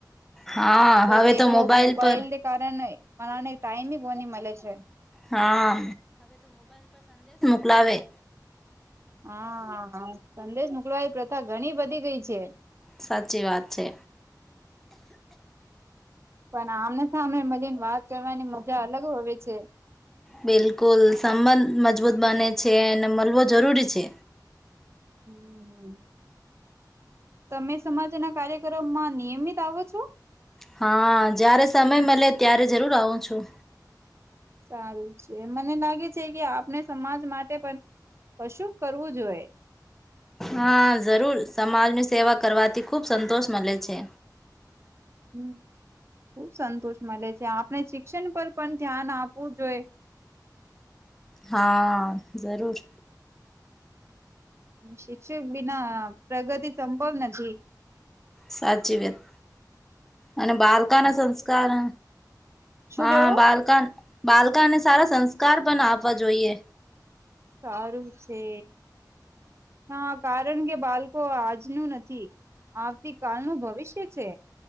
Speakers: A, in the centre; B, on the right (about 40°).
A: હા
B: તો
A: હવે
B: દેખલો
A: મોબાઈલ
B: મોબાઈલને
A: પર
B: કારણે મને ટાઈમી કોની મળે છે
A: હા ના આવા
B: હા સંદેશ મોકલવાની પ્રથા ઘણી બધી ગઈ છે
A: સાચી વાત છે
B: પણ આમને સામે મને વાત કરવાની મજા અલગ હો છે
A: બિલકુલ સાબંધ મજબૂત બને છે અને મળવો જરૂરી છે
B: હમ હ તમે સમાજના કાર્યકરોમમાં નિયમિત આવો છો
A: હા જારે સમય મળે ત્યારે જરૂર આવું છું
B: સારું છે મને લાગે છે કે આપણે સમાજ માટે પણ કશું કરવું જોઈએ
A: હા જરૂર સમાજની સેવા કરવાથી ખૂબ સંતોષ મળે છે
B: <inaudible> બ સંતોષ મળે છે આપણે શિક્ષણ પર પણ ધ્યાન આપવું જોઈ
A: હા જરૂર
B: શિકષ બના પ્રગતિ સંભવ નથી
A: સાચી વ્યત અને. બાલકાના સંસ્કાર
B: શું
A: હા
B: કેવું?
A: બાલકને સારા સંસ્કાર પણ આપવા જોઈએ
B: સારું છે હા કારણ કે બાળકો આજનું નથી આવતી કાલનું ભવિષ્ય છે